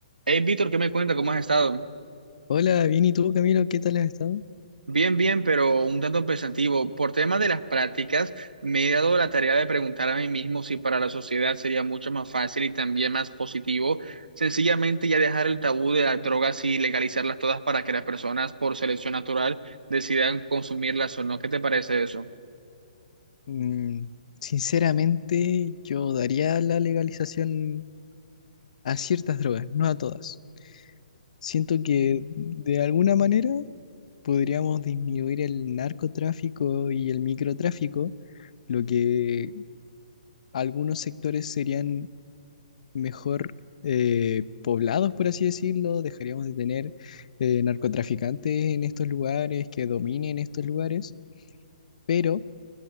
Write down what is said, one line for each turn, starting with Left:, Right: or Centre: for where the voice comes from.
Right: Hey, Víctor, ¿qué me cuenta? ¿Cómo has estado?
Left: Hola, bien, ¿y tú, Camilo? ¿Qué tal has estado?
Right: Bien, bien, pero un tanto pensativo. Por tema de las prácticas, me he dado la tarea de preguntar a mí mismo si para la sociedad sería mucho más fácil y también más positivo sencillamente ya dejar el tabú de las drogas y legalizarlas todas para que las personas por selección natural decidan consumirlas o no. ¿Qué te parece eso?
Left: Mm, sinceramente, yo daría la legalización a ciertas drogas, no a todas. Siento que de alguna manera podríamos disminuir el narcotráfico y el microtráfico, lo que algunos sectores serían mejor eh, poblados, por así decirlo. Dejaríamos de tener eh, narcotraficantes en estos lugares, que dominen estos lugares, pero